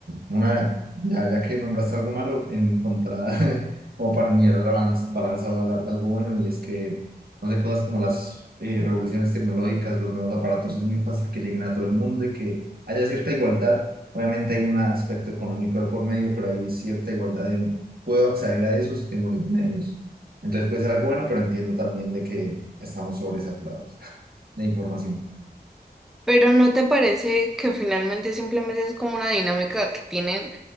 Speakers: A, on the right (about 65°); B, in the centre.
A: una, ya, ya que nombraste algo malo, encontrar <laughs> como para unir la balanz- balanza o hablar de algo bueno, y es que, no sé, cosas como las eh, revoluciones tecnológicas, los nuevos aparatos, es muy fácil que lleguen a todo el mundo y que haya cierta igualdad. Obviamente hay un aspecto económico de por medio, pero hay cierta igualdad en, puedo acceder a eso si tengo los medios. Entonces puede ser algo bueno, pero entiendo también de que estamos sobresaturados <laughs> de información.
B: Pero ¿no te parece que finalmente simplemente es como una dinámica que tienen,